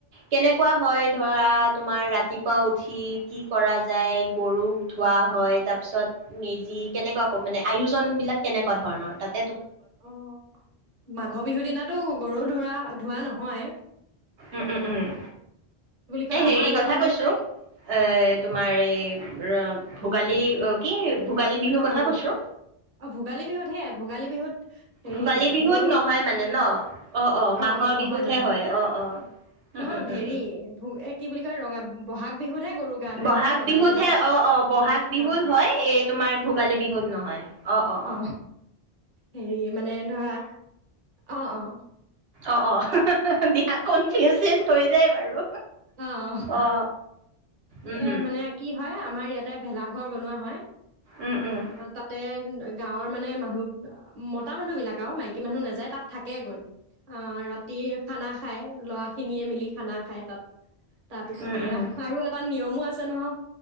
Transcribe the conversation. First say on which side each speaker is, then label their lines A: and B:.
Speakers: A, on the right; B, on the right.
A: কেনেকুৱা হয় ধৰা তোমাৰ ৰাতিপুৱা উঠি, কি কৰা যায় গৰুক ধোৱা হয়, তাৰ পিছত মেজি কেনেকুৱাকৈ মানে আয়োজন বিলাক কেনে কুৱা ধৰণৰ। তাত
B: অ', মাঘ বিহুৰ দিনাতো গৰু ধোৰা ধোৱা নহয়ে।
A: উম-উম-উম,
B: কয়
A: এ হেৰি
B: আমাৰ ইয়াতে
A: কথা কৈছো,
B: মানে
A: এ তোমাৰ এই ভোগালী অ কি ভোগালী বিহুৰ
B: ৰঙালী
A: কথা কৈছো
B: বিহু। অ ভোগালী বিহুত হেয়া ভোগালী বিহুত হেৰি,
A: ভোগালী বিহুত
B: গৰুক
A: নহয় মানে ন অ
B: অ
A: মাঘৰ
B: নহয়-নহয়,
A: বিহুতহে হয় অ অ উম
B: নহয়
A: উম
B: হেৰি
A: উম উম
B: ভো এ কি বুলি কয় ৰঙা বহাগ বিহুত হে গৰু গা ধোৱা
A: বহাগ
B: হয় ৰঙালী
A: বিহুত হে অ-অ, বহাগ
B: অ
A: বিহুত
B: অ
A: হয়, এ তোমাৰ ভোগালী বিহুত নহয়। ‌অ-অ-অ।
B: অ হেৰি মানে ধৰা, অ-অ।
A: অ-অ। দিয়া, কনফিউচন হৈ যায় বাৰু
B: অহ।
A: অ উম
B: এয়া
A: হম
B: মানে কি হয়, আমাৰ ইয়াতে ভেলা ঘৰ বনোৱা হয়।
A: উম উম
B: তাতে গাঁৱৰ মানে মানুহ <unintelligible> মতা মানুহ বিলাক আৰু, মাইকী মানুহ নাযায় তাত থাকে গৈ। অ, ৰাতি খানা খায়। ল'ৰা খিনিয়ে মিলি খানা খাই তাত তাৰপিছতে
A: উম উম
B: আৰু এটা মান নিয়মো আছে নহও,